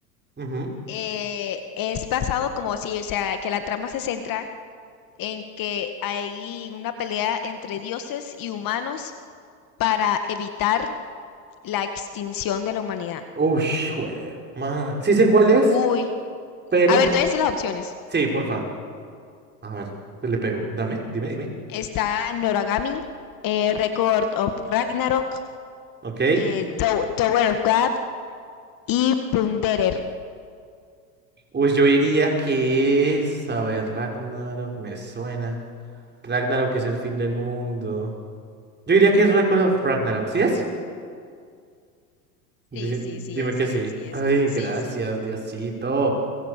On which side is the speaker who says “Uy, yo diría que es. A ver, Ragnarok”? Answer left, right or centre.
Right